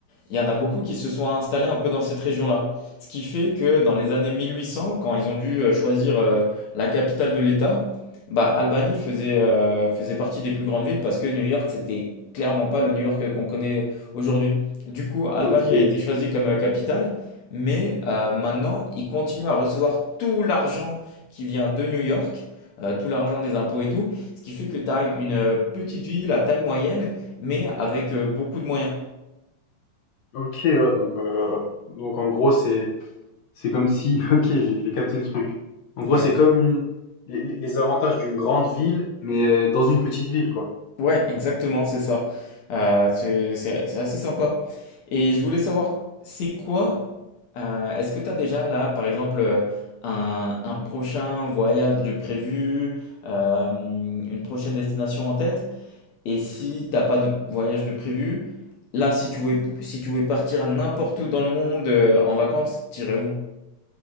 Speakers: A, on the left; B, on the left.
A: il y en a beaucoup qui se sont installés un peu dans cette région-là. Ce qui fait que dans les années 1800, quand ils ont dû euh, choisir euh, la capitale de l'État, bah, Albany faisait, euh, faisait partie des plus grandes villes parce que New York, c'était clairement pas le New York qu'on connaît aujourd'hui. Du coup, Albany
B: Ok.
A: a été choisie comme euh, capitale, mais euh, maintenant, ils continuent à recevoir tout l'argent qui vient de New York, euh, tout l'argent des impôts et tout, ce qui fait que tu as une euh, petite ville à taille moyenne, mais avec euh, beaucoup de moyens.
B: Ok. Ouais. Donc, euh, donc en gros, c'est c'est comme si. <laughs> Ok, j'ai j'ai capté le truc. En
A: Ouais.
B: gros, c'est comme une- les, les les avantages d'une grande ville, mais euh, dans une petite ville, quoi.
A: Ouais, exactement, c'est ça. Euh, c'est c'est- c'est assez sympa. Et je voulais savoir, c'est quoi, euh, est-ce que tu as déjà là, par exemple, euh, un, un prochain voyage de prévu, euh, une prochaine destination en tête? Et si t'as pas de voyage de prévu, là, si tu voulais, si tu voulais partir n'importe où dans le monde, euh, en vacances, t'irais où?